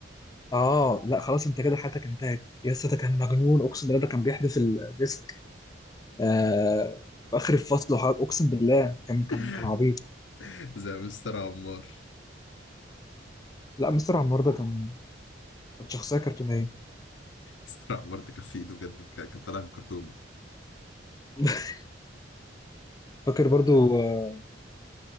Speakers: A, on the left; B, on the left.
A: اه لا خلاص انت كده حياتك انتهت يا اسطى ده كان مجنون اقسم بالله ده كان بيحدف الديسك آه في اخر الفصل وحاجة. اقسم بالله كان كان
B: <laughs>
A: كان عبيط
B: زي مستر عمار
A: لا مستر عمار ده كان كانت شخصيه كرتونيه
B: مستر عمار ده كان في ايده بجد كان كان طالع من كرتون
A: <laughs> فاكر برضو آه،